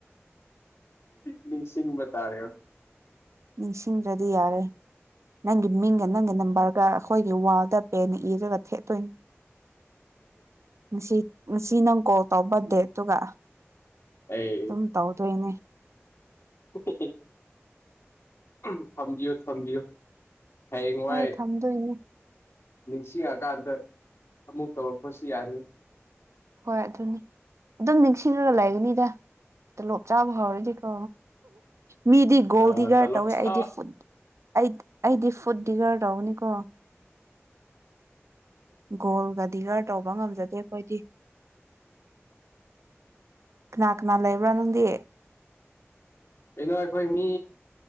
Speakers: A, on the left; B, on the right.
A: ꯅꯤꯡꯁꯤꯡꯕ ꯇꯥꯔꯦ
B: ꯅꯤꯡꯁꯤꯡꯗ꯭ꯔꯗꯤ ꯌꯥꯔꯣꯏ ꯅꯪꯒꯤ ꯃꯤꯡꯒ ꯅꯪꯒ ꯅꯝꯕꯔ ꯑꯩꯈꯣꯏꯒꯤ ꯋꯥꯜꯗ ꯄꯦꯟꯅ ꯏꯔꯒ ꯊꯦꯠꯇꯣꯏꯅꯤ ꯉꯁꯤ ꯉꯁꯤ ꯅꯪ ꯀꯣꯜ ꯇꯧꯕ ꯗꯦ ꯑꯗꯨꯒ
A: ꯑꯩ
B: ꯑꯗꯨꯝ ꯇꯧꯗꯣꯏꯅꯦ
A: <unintelligible> ꯊꯝꯕꯤꯌꯣ ꯊꯝꯕꯤꯌꯣ ꯍꯌꯦꯡ ꯋꯥꯏ
B: ꯍꯣꯏ ꯊꯝꯗꯣꯏꯅꯦ
A: ꯅꯤꯡꯁꯤꯡꯉꯀꯥꯟꯗ ꯑꯃꯨꯛ ꯇꯧꯔꯛꯄꯁꯨ ꯌꯥꯅꯤ
B: ꯍꯣꯏ ꯑꯗꯨꯅꯤ ꯑꯗꯨꯝ ꯅꯤꯡꯁꯤꯡꯂꯒ ꯂꯩꯒꯅꯤꯗ ꯇꯣꯂꯣꯞ ꯆꯥꯕ ꯍꯧꯎꯔꯗꯤꯀꯣ ꯃꯤꯗꯤ ꯒꯣꯜ
A: ꯑ
B: ꯗꯤꯒꯥꯔ
A: ꯇꯂꯣꯞ
B: ꯇꯧꯋꯦ
A: ꯆꯥ
B: ꯑꯩꯗꯤ ꯐꯨꯠ ꯑꯩ ꯑꯩꯗꯤ ꯐꯨꯠ ꯗꯤꯒꯥꯔ ꯇꯧꯒꯅꯤꯀꯣ ꯒꯣꯜꯒ ꯗꯤꯒꯔ ꯇꯧꯕ ꯉꯝꯖꯗꯦ ꯑꯩꯈꯣꯏꯗꯤ ꯀꯅꯥ ꯀꯅꯥ ꯂꯩꯕ꯭ꯔꯥ ꯅꯪꯗꯤ
A: ꯀꯩꯅꯣ ꯑꯩꯈꯣꯏ ꯃꯤ